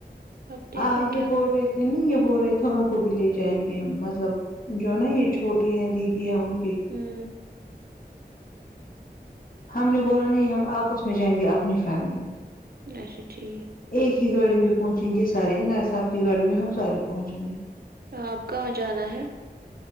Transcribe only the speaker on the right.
اب دیکھو
کیا
ہوں
ہوں
اچھا ٹھیک
آپ کہاں جانا ہے